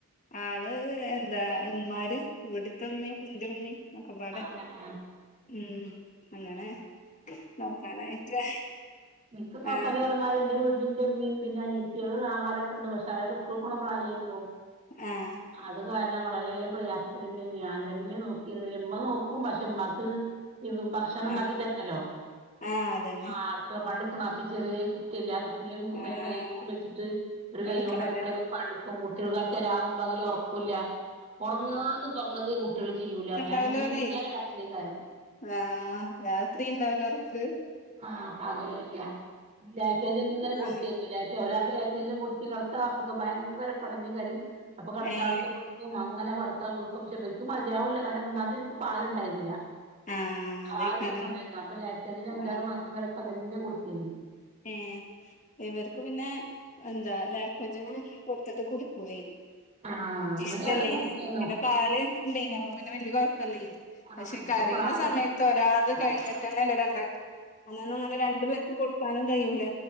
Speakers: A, on the left (about 35°); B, on the right (about 30°).
A: ആള് എന്താ ഉമ്മാമാര് ഇവിടത്തെ ഉമ്മയും ഉന്റെ ഉമ്മയും നക്കെപാടെ
B: ആഹ് അങ്ങനെ
A: ഉം അങ്ങനെ
B: ആഹ്
A: നോക്കാനായിട്ട്
B: നിക്ക് നോക്കാന
A: ആഹ്
B: അമാരിന്റെ വീട്ടിലിന്റെമ്മയും പിന്നെ അനിയത്തിയും ആങ്ങളരൊക്കെണ്ട് പെ അവരെ സ്ക്കൂളിൽ പോണ പ്രായായിരുന്നു
A: ആഹ
B: അത് കാരണം വളരെ പ്രയാസത്തി തന്നെ ഞാൻ തന്നെ നോക്കി മ്മ നോക്കും പക്ഷെമ്മാക്ക് ഭക്ഷണം ഉണ്ടാക്കി
A: ആഹ്
B: തരണല്ലോ
A: ആഹ് അതന്നെ
B: ആ <unintelligible> ല്ല ഉും
A: ആഹ്
B: കൈയിട്ട് വച്ചിട്ട് ഒരു കൈ
A: എടുക്കണല്ലേ
B: കൊണ്ട് അടക്കള കുട്ടികൾക്കാച്ചാൽ രാവും പകലും ഉറക്കൂല്ല ഉറങ്ങന്ന് പറഞ്ഞത് കുട്ടികൾ ചെയ്യൂല ഭയങ്കര
A: ഉണ്ടാവലോ അല്ലെ
B: കരച്ചിലേക്കാരം
A: ആ രാത്രി ഉണ്ടാവലോ ഉറക്ക്
B: ആഹ പകലും ഇല്ല ലാക്ടോജൻ ഇങ്ങനെ
A: എന്നാ
B: കൊടുക്കും ല ഒരാൾക്ക് ലാക്ടോജൻ കൊടുത്തി കിടത്ത അപ്പൊ ഭയങ്കര പടഞ്ഞ കരയും അപ്പൊ കടത്താളത്ത്
A: ഏഹ്
B: അങ്ങനെ പടത്തക്ക കൊടുക്കും പക്ഷെ ഇവരിക്കും മതിയാവണില്ല കാരണം ഒന്നാമത് എനിക്ക് പാലുണ്ടായിരുന്നില്ല
A: ആഹ്
B: ആ
A: അതേക്കാരം
B: ആ ഒരു പ്രശ്നം ഉണ്ടായിരുന്നു അപ്പൊ ലാക്ടിജൻ അഞ്ചാറ്
A: ആഹ്
B: മാസം വരെക്കെ അതന്നെ കൊടുത്തിരുന്നു
A: ഏ ഇവർക്ക് പിന്നെ എന്താ ലാക്ടോജൻ മൂത്തത് കുടിക്കൂല
B: ആഹ്
A: ഇഷ്ടല്ലേന
B: അവര് അത് കുടിച്ചിരുന്നു
A: പിന്നെ പാല് ഇല്ലന അപ്പൊ പിന്നെ വല്യ കുഴപ്പല്ലേന
B: ആഹ്
A: പക്ഷെ
B: എനിക്ക്
A: കരയണ
B: പാല്
A: സമയത്ത് ഒരാൾക്കു കഴിഞ്ഞിട്ട് തന്നെ അല്ലേ രണ്ടാൾക്ക അന്നന്നും അങ്ങനെ രണ്ടു പേർക്കും കൊടുക്കാനും കഴിയൂല